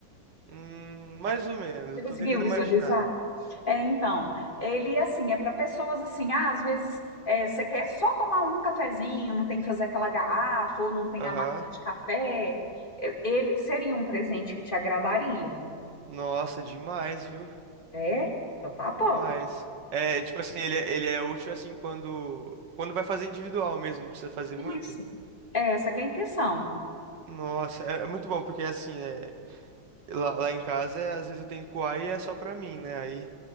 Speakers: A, on the right; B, on the left.
A: Hum, mais ou menos,
B: Você
A: eu
B: conseguiu
A: tô tentando
B: visualizar?
A: imaginar.
B: É, então, ele assim, é para pessoas assim, ah, às vezes é, você quer só tomar um cafezinho, não tem que fazer aquela garrafa, ou não tem
A: Aham.
B: a máquina de café. É, Ele seria um presente que te agradaria.
A: Nossa, demais, viu?
B: É? Então tá
A: Demais.
B: bom.
A: É, tipo assim, ele, é- ele é útil assim quando quando vai fazer individual mesmo, não precisa fazer muito.
B: Isso. É essa que é a intenção.
A: Nossa, é, é muito bom, porque assim, é, lá, lá em casa, é, às vezes eu tenho que coar e é só pra mim, né? Aí,